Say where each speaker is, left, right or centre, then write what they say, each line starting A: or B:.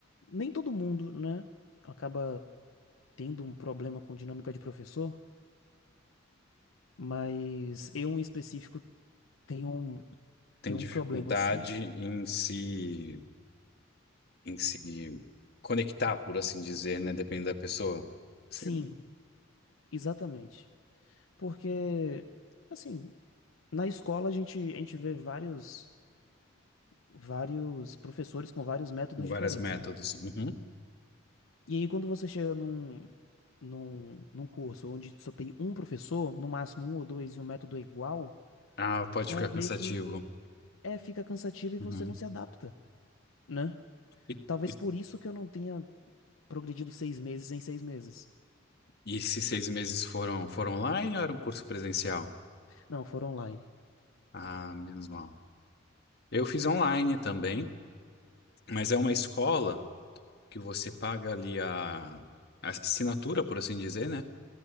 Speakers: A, on the left; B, on the left.
A: nem todo mundo, né, acaba tendo um problema com dinâmica de professor, mas eu em específico tenho um,
B: tem
A: tenho
B: dificuldade
A: um problema assim.
B: em se, em se conectar, por assim dizer, né? Depende da pessoa. Você-
A: Sim, exatamente. Porque, assim, na escola a gente, a gente vê vários, vários professores com vários métodos
B: Vários
A: diferentes,
B: métodos.
A: né?
B: Uhum.
A: E aí, quando você chega num, num, num curso onde só tem um professor, no máximo um ou dois, e o método é igual,
B: Ah, pode
A: então
B: ficar cansativo.
A: meio que é, fica cansativo e você
B: Uhum.
A: não se adapta, né?
B: E,
A: Talvez
B: e,
A: por isso que eu não tenha progredido seis meses em seis meses.
B: e esses seis meses foram, foram online ou era um curso presencial?
A: Não, foram online.
B: Ah, menos mal. Eu fiz online também, mas é uma escola que você paga ali a, a assinatura, por assim dizer, né?